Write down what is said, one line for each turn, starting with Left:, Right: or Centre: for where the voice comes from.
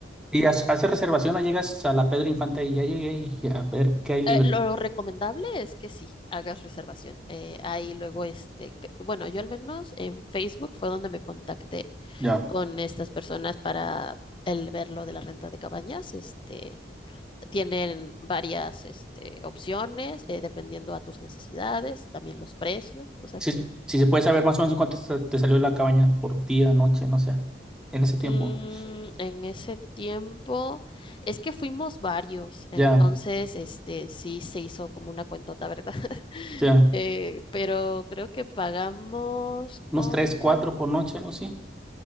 Centre: Y ha- hace reservación o llegas a la Pedro Infante y ya llegué y a ver qué hay libre.
Left: Eh, lo recomendable es que sí, hagas reservación. Eh, ahí luego, este, que- bueno, yo al menos en Facebook fue donde me contacté
Centre: Ya.
Left: con estas personas para el ver lo de la renta de cabañas. Este, tienen varias, este, opciones, eh, dependiendo a tus necesidades, también los precios. O sea
Centre: Si,
Left: que
Centre: si se puede saber más o menos cuánto se- te salió la cabaña por día, noche, no sé. En ese tiempo.
Left: Mm, en ese tiempo, es que fuimos varios, entonces,
Centre: Ya,
Left: este, sí se hizo como una cuentota, ¿verdad? <laughs>
Centre: ya.
Left: Eh, pero creo que pagamos como,
Centre: Unos tres, cuatro por noche, ¿no? Sí.